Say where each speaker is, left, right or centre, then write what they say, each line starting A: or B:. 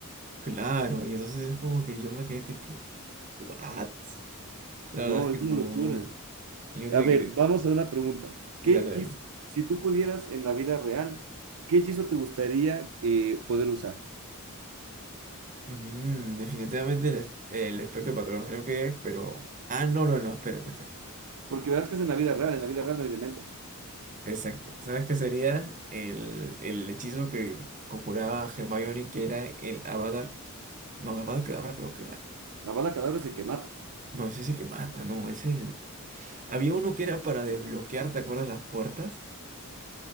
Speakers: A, on the right; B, on the right.
A: Claro, y entonces es como que yo me quedé tipo, ¿what?
B: No,
A: La verdad es que
B: es una
A: no.
B: locura.
A: Yo tenía
B: A ver,
A: que.
B: vamos a una pregunta. ¿Qué
A: Dale,
B: hechizo,
A: dale.
B: si tú pudieras en la vida real, qué hechizo te gustaría eh, poder usar?
A: Ujú, definitivamente el, es- el espectro patrón, yo quedé, pero. Ah, no, no, no, espérate, espérate.
B: Porque verás que es en la vida real, en la vida real no hay dementos.
A: Exacto. ¿Sabes qué sería? El, el hechizo que conjuraba Hermione, que era el Avada. No, Avada Kedavra creo que era.
B: La bala cadáver es el que mata.
A: No, es ese que mata, no, es el. Había uno que era para desbloquear, ¿te acuerdas las puertas? <laughs>